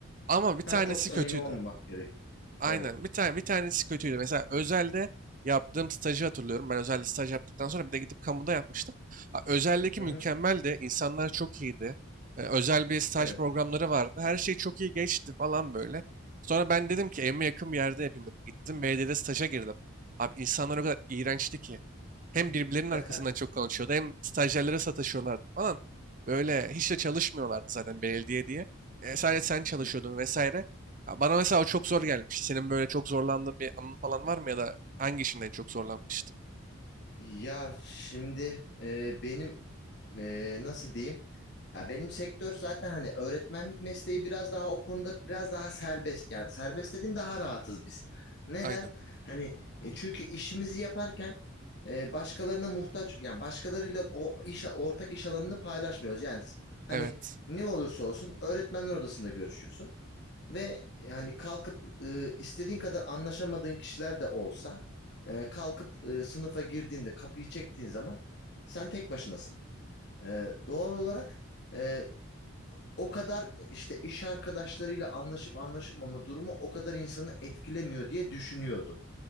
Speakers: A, on the right (about 40°); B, on the left (about 50°).
A: Ama bir tanesi
B: Ha, çok samimi
A: kötüydü.
B: olmamak gerekiyor.
A: Aynen.
B: Evet.
A: Bir tane bir tanesi kötüydü. Mesela özelde yaptığım stajı hatırlıyorum. Ben özelde staj yaptıktan sonra bir de gidip kamuda yapmıştım. Ha, Özeldeki
B: Hı
A: mükemmeldi.
B: hı.
A: İnsanlar çok iyiydi. Ee, özel bir staj
B: Evet.
A: programları vardı. Her şey çok iyi geçti falan böyle. Sonra ben dedim ki evime yakın bir yerde yapayım dedim. Gittim belediyede staja girdim. Abi insanlar o kadar iğrençti ki. Hem birbirlerinin
B: <laughs>
A: arkasından çok konuşuyordu hem stajyerlere sataşıyorlardı falan. Böyle hiç de çalışmıyorlardı zaten belediye diye. E, sadece sen çalışıyordun
B: Hı hı.
A: vesaire. Ya Bana mesela o çok zor gelmişti. Senin böyle çok zorlandığın bir anın falan var mı ya da hangi işinden en çok zorlanmıştın?
B: Ya şimdi e, benim e, nasıl diyeyim? Ya benim sektör zaten hani öğretmenlik mesleği biraz daha o konuda biraz daha serbest. Yani serbest dediğim daha rahatız biz. Neden?
A: Aynen.
B: Hani e, çünkü işimizi yaparken e, başkalarına muhtaç yani başkalarıyla o iş ortak iş alanını paylaşmıyoruz. Yani hani
A: Evet.
B: ne olursa olsun öğretmenler odasında görüşüyorsun. Ve yani kalkıp e, istediğin kadar anlaşamadığın kişiler de olsa e, kalkıp e, sınıfa girdiğinde kapıyı çektiğin zaman sen tek başınasın. E, doğal olarak e, o kadar işte iş arkadaşlarıyla anlaşıp anlaşılmama durumu o kadar insanı etkilemiyor diye düşünüyordum.